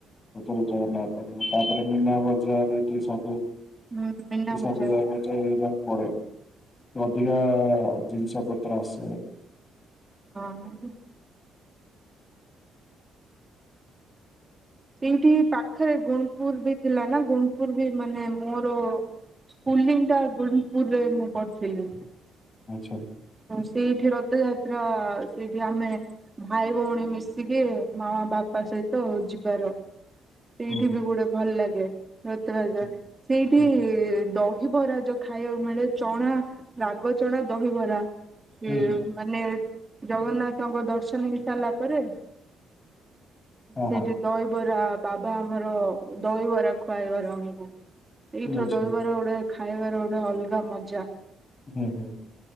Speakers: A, on the left (about 30°); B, on the right (about 20°).
A: ପଛକୁ ଜଗନ୍ନାଥ, ତାପରେ ମୀନା ବଜାର ଏଠି ସ
B: ହୁଁ। ମୀନା
A: ଏ ସବୁଯାକରୁଛ
B: ବଜାର
A: ସେତ ପଡେ। ଅଧିକା ଜିନିଷ ପତ୍ର ଆସେ ।
B: ହଁ, ହ ସେଇଠି ପାଖରେ ଗୁଣପୁର ବି ଥିଲା ନା ।ଗୁଣପୁର ବି ମାନେ ମୋର ସ୍କୁଲିଙ୍ଗଟା ଗୁଣୁପୁରରେ, ମୁଁ ପଢ଼ୁଥିଲି।
A: ଆଛା।
B: ସେଇଠି ରଥଯାତ୍ରା। ସେଇଠି ଆମେ ଭାଇ, ଭଉଣୀ ମିଶିକି ମା ମା ବାପା ସେହିତ ଯିବାର ସେଇଠି
A: ହୁଁ ହୁଁ
B: ବି ଗୋଟେ ଭଲ ଲାଗେ ରଥଯାତ୍ରା
A: ହୁଁ
B: ସେଇଠି
A: ହୁଁ
B: ଦଶ ରିବରାଜୋଉ ଖାଇବାକୁ ମିଳେ ଚଣା ରାଗ ଚଣା ଦହିବରା ସେ
A: ହୁଁ ହୁଁ
B: ମାନେ, ଜଗନ୍ନାଥଙ୍କ ଦର୍ଶନ ହେଇ ସାରିଲା ପରେ
A: ହୁଁ
B: ସେଇଠି
A: ହଁ ହଁ
B: ଦହିବରା ବାବା ଆମର ଦହିବରା ଖୁଆଇବାର ଆମକୁ ଏଇଥର
A: ଆଚ୍ଛା
B: ଦହିବାର ଓଡେ ଖାଇବାର ଓଡେ ଅଲଗା ମଜା।
A: ହୁଁ ହୁଁ